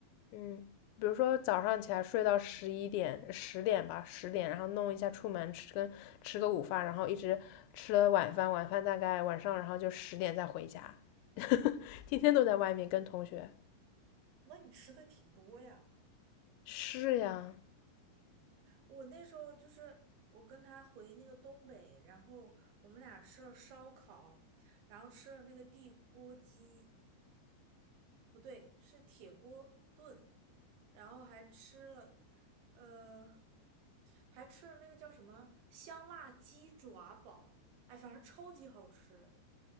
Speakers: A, on the left; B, on the right.
A: 嗯，比如说早上起来睡到十一点、十点吧，十点，然后弄一下出门吃跟吃个午饭，然后一直吃了晚饭，晚饭大概晚上，然后就十点再回家，<laughs> 天天都在外面跟同学。
B: 那你吃的挺多呀。
A: 是呀，
B: 我那时候就是我跟他回那个东北，然后我们俩吃了烧烤，然后吃了那个地锅鸡，不对，是铁锅炖，然后还吃了，呃，还吃了那个叫什么香辣鸡爪煲，哎，反正超级好吃。